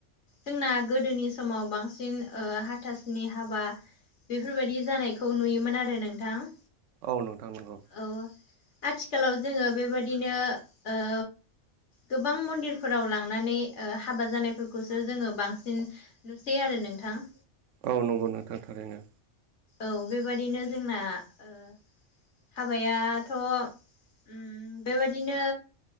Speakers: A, on the left (about 70°); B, on the right (about 80°).
A: जोंना गोदोनि समाव बांसिन ओ हाथासुनि हाबा बेफोरबायदि जानायखौ नुयोमोन आरो नोंथां।
B: औ नोंथां नंगौ
A: औ आथिखालाव जोङो बेबादिनो ओ गोबां मन्दिरफोराव लांनानै ओ हाबा जानायफोरखौसो जोङो बांसिन नुसै आरो नोंथां
B: औ नंगौ नोंथां थारैनो
A: औ बेबादिनो जोंना ओ हाबायाथ' उम बेबादिनो